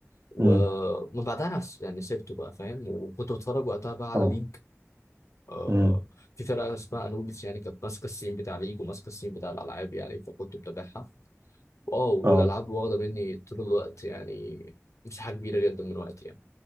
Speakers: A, on the left; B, on the right.
A: ومن
B: امم
A: بعدها نفس يعني سبته بقى فاهم وكنت بتفرج وقتها بقى على
B: اه
A: ليج آه
B: امم
A: في فرقه اسمها انوبيس يعني كانت ماسكه السين بتاع ليج وماسكه السين بتاع الالعاب يعني فكنت بتابعها واو
B: اه
A: والالعاب واخده مني طول الوقت يعني مساحه كبيره جدا من وقتي يعني.